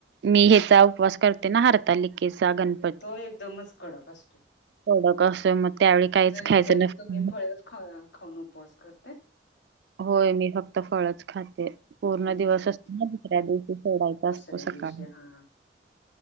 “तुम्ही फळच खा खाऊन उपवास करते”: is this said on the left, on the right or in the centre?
Left